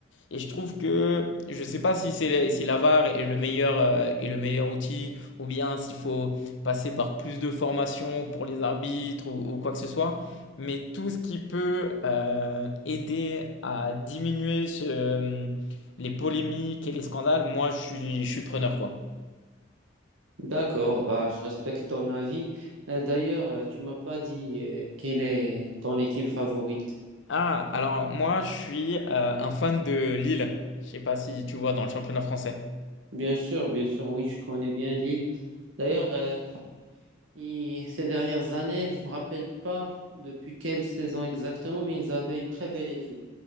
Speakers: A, on the left; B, on the right.
A: et je trouve que je sais pas si c'est si la VAR est le meilleur, euh, est le meilleur outil ou bien s'il faut passer par plus de formation pour les arbitres ou, ou quoi que ce soit. Mais tout ce qui peut euh, aider à diminuer ce- les polémiques et les scandales, moi je suis, je suis preneur quoi.
B: D'accord, bah, je respecte ton avis. Euh, d'ailleurs, euh, tu m'as pas dit euh, quelle est ton équipe favorite.
A: Ah, alors moi je suis euh, un fan de Lille. Je sais pas si tu vois dans le championnat français.
B: Bien sûr, bien sûr, oui, je connais bien Lille. D'ailleurs, euh, il- ces dernières années, je me rappelle pas depuis quelle saison exactement, mais ils avaient une très belle équipe.